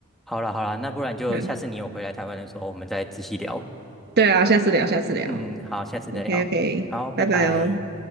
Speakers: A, in the centre; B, on the right.
A: 好啦好啦，那不然就下次你有回来台湾的时候，
B: 嗯，
A: 我们再仔细聊。
B: 对啊，下次聊，下次聊。
A: 嗯，好，下次再聊。
B: OK OK，
A: 好，拜拜。
B: 拜拜哦。